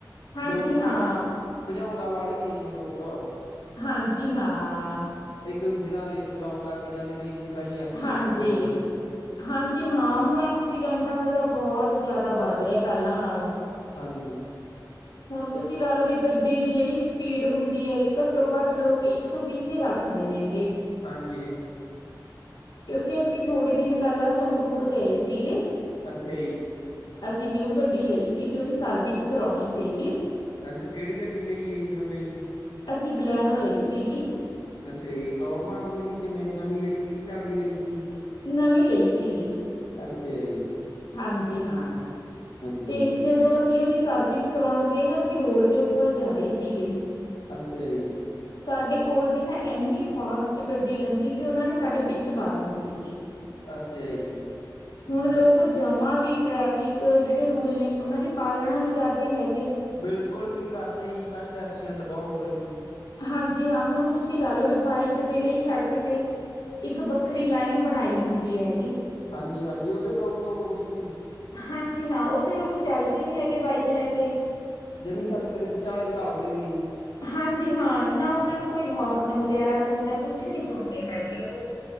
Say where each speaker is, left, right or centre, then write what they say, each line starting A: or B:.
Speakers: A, on the left; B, on the left.
A: ਹਾਂਜੀ
B: ਲੋਕ
A: ਹਾਂ।
B: ਭਜਾਉ ਭਜਾਉਂਦਾ ਵਾਲੇ ਨਹੀਂ ਜੀ ਲੋਕ-
A: ਹਾਂਜੀ ਹਾਂ ਆ।
B: ਇੱਕ ਦੂਜੇ ਨਾਲ ਰੇਸ ਲਾਉਣ ਲੱਗ ਜਾਂਦੇ ਨੇ ਜੀ। ਫਿਰ ਆਈ ਐਕਸੀਡੈਂਟ
A: ਹਾਂਜੀ।
B: ਹੋ ਜਾਂਦੇ ਨੇ
A: ਹਾਂਜੀ ਹਾਂ ਹੁਣ ਐਕਸੀਡੈਂਟਾਂ ਦਾ ਤਾਂ ਬਹੁਤ ਜ਼ਿਆਦਾ ਵੱਧ ਰਿਹਾ ਪਹਿਲਾਂ ਨਾਲੋਂ
B: ਹਾਂਜੀ।
A: ਹੁਣ ਤੁਸੀ ਲਾ ਲੋ ਵੀ ਗੱਡੀ ਦੀ ਜੇੜੀ ਸਪੀਡ ਹੁੰਦੀ ਹੈਗੀ ਘੱਟੋ ਘੱਟ ਲੋਕ ਇੱਕ ਸੌ ਵੀਹ ਤੇ ਰੱਖਦੇ ਨੇਗੇ।
B: ਹਾਂਜੀ।
A: ਕਿਉਂਕਿ ਅਸੀਂ ਥੋੜੇ ਦਿਨ ਪਹਿਲਾਂ ਸੰਗਰੂਰ ਗਏ ਸੀਗੇ।
B: ਅਸਾ ਯੀ।
A: ਅਸੀਂ ਨਿਊ ਗੱਡੀ ਲਈ ਸੀਗੀ, ਔਦੀ ਸਰਵਿਸ ਕਰਾਉਣੀ ਸੀਗੀ।
B: ਅਛ ਕਿਹੜੀ ਗੱਡੀ ਲਈ ਆ ਜੀ ਸੋਨੇ ਯੀ।
A: ਅਸੀ ਬਲੈਨੋ ਲਈ ਸੀਗੀ।
B: ਦੱਸੇਯਾ ਈ ਟੋਪ ਮਾਡਲ ਹੀ ਕਿਵੇਂ ਨਵੀਂ ਲਈ ਤੀ ਕਿ ਚੱਲਦੀ ਲਈ ਤੀ
A: ਨਵੀਂ ਲਈ ਸੀਗੀ।
B: ਅੱਸਾ ਜੀ।
A: ਹਾਂਜੀ ਹਾਂ।
B: ਹਾਂਜੀ
A: ਤੇ ਜਦੋਂ ਅਸੀਂ ਔਹਦੀ ਸਰਵਿਸ ਕਰਾਉਣ ਗਏ ਨਾ ਅਸੀਂ ਰੋਡ ਦੇ ਉੱਪਰ ਜਾ ਰਹੇ ਸੀਗੇ।
B: ਅੱਸਾ ਜੀ।
A: ਸਾਡੇ ਕੋਲ ਦੀ ਨਾ ਇੰਨੀ ਫਾਸਟ ਗੱਡੀ ਲੰਘੀ ਕਿ ਔਹਨਾਂ ਨੇ ਸਾਡੇ ਵਿੱਚ ਮਾਰਨੀ ਸੀਗੀ।
B: ਅੱਛਾ ਜੀ
A: ਹੁਣ ਲੋਕ ਜਮਾਂ ਵੀ ਟ੍ਰੈਫਿਕ ਜਿ ਜਿਹੜੇ ਰੂਲ ਨਹੀਂ ਉਹਨਾਂ ਦੀ ਪਾਲਣਾ ਨਹੀਂ ਕਰ ਰਹੇ ਹੈਗੇ।
B: ਬਿਲਕੁਲ ਵੀ ਨਹੀਂ ਕਰ ਰਹੇ ਜੀ ਤਾਂ ਹੀ ਤਾਂ ਐਕਸੀਡੈਂਟ ਬਹੁਤ ਹੋ ਰਹੇ ਨੇ।
A: ਹਾਂਜੀ ਹਾਂ ਹੁਣ ਤੁਸੀਂ ਲਾ ਲਓ ਵੀ ਬਾਈਕ ਦੇ ਲਈ ਸੜਕ ਤੇ ਇੱਕ ਵੱਖਰੀ ਲਾਈਨ ਬਣਾਈ ਹੁੰਦੀ ਹੈਗੀ।
B: ਹਾਂਜੀ ਹਾਂਜੀ ਉਦੇ ਨਾ ਤੋੜਦੇ ਨੀ ਜੀ
A: ਹਾਂਜੀ ਹਾਂ ਉਹ ਤੇ ਲੋਕ ਚੱਲਦੇ ਨੀ ਹੈਗੇ ਬਾਈਕ ਲੈ ਕੇ
B: ਜਮੀ ਸੜਕ ਦੇ ਵਿਚਾਲੇ ਚਲਦੇ ਨੇ ਜੀ
A: ਹਾਂਜੀ ਹਾਂ ਨਾ ਉਹਨਾਂ ਨੂੰ ਕੋਈ ਹੋਰਨ ਵਗੈਰਾ ਸੁਣਦਾ ਕੁਛ ਨਹੀਂ ਸੁਣਦੇ ਹੈਗੇ ਉਹ